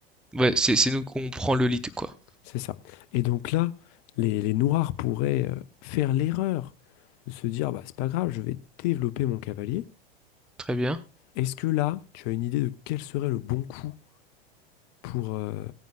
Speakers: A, in the centre; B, on the left (about 45°).
A: Ouais, c'est c'est nous qu'on prend le lead, quoi.
B: C'est ça. Et donc là, les, les noirs pourraient euh, faire l'erreur de se dire, bah, c'est pas grave, je vais développer mon cavalier.
A: Très bien.
B: Est-ce que là, tu as une idée de quel serait le bon coup pour, euh,